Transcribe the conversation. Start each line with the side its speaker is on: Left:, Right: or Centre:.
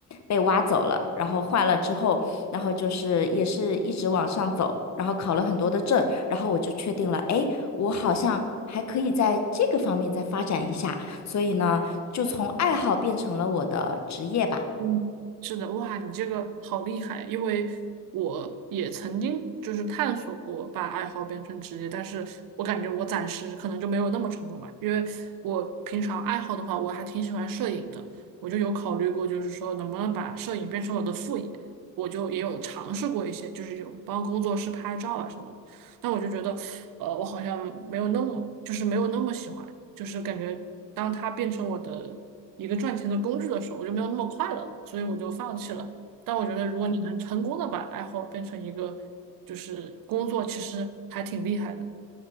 Left: 被挖走了，然后换了之后，然后就是也是一直往上走，然后考了很多的证，然后我就确定了，哎，我好像还可以在这个方面再发展一下，所以呢，就从爱好变成了我的职业吧。
Right: 嗯，是的，哇，你这个好厉害！因为我也曾经就是探索过把爱好变成职业，但是我感觉我暂时可能就没有那么成功吧。因为我平常爱好的话，我还挺喜欢摄影的，我就有考虑过，就是说能不能把摄影变成我的副业。我就也有尝试过一些，就是有帮工作室拍照啊什么的但我就觉得，呃，我好像没有那么，就是没有那么喜欢，就是感觉当它变成我的。一个赚钱的工具的时候，我就没有那么快乐，所以我就放弃了。但我觉得，如果你能成功的把爱好变成一个就是工作，其实还挺厉害的，